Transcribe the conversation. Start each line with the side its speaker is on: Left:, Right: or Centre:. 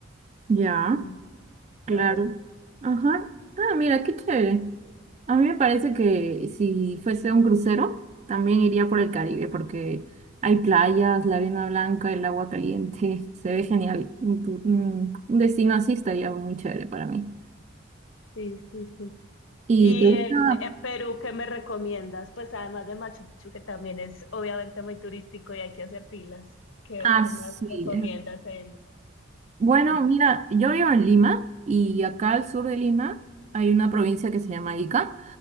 Right: Ya,
Left: Sí, me gustaron.
Right: claro. Ajá. Ah, mira, qué chévere. A mí me parece que si fuese un crucero, también iría por el Caribe, porque hay playas, la arena blanca, el agua caliente. <laughs> Se ve genial. Un, tu- un- un destino así estaría muy chévere para mí.
Left: Sí, sí, sí.
Right: ¿Y
Left: Y
Right: te gusta?
Left: en, en Perú, ¿qué me recomiendas? Pues además de Machu Picchu, que también es obviamente muy turístico y hay que hacer filas. ¿Qué,
Right: Ah,
Left: qué
Right: sí.
Left: más recomiendas en,
Right: Bueno,
Left: en Perú?
Right: mira, yo vivo en Lima y acá al sur de Lima hay una provincia que se llama Ica